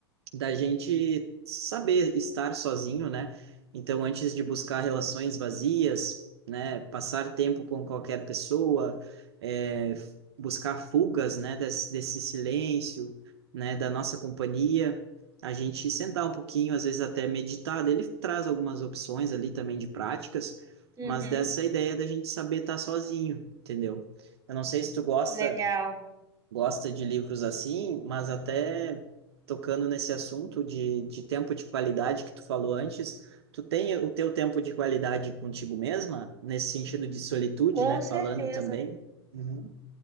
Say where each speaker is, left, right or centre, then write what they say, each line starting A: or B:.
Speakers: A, on the right (about 65°); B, on the right (about 25°).
A: da gente saber estar sozinho, né? Então, antes de buscar relações vazias, né, passar tempo com qualquer pessoa, é, buscar fugas, né, desse, desse silêncio, né, da nossa companhia, a gente sentar um pouquinho, às vezes até meditar. Ele traz algumas opções ali também de práticas,
B: Uhum,
A: mas dessa ideia da gente saber estar sozinho, entendeu? Eu não sei se tu gosta
B: legal.
A: gosta de livros assim, mas até tocando nesse assunto de, de tempo de qualidade que tu falou antes, tu tem o teu tempo de qualidade contigo mesma, nesse sentido de solitude,
B: Com
A: né? Falando
B: certeza.
A: também. Uhum,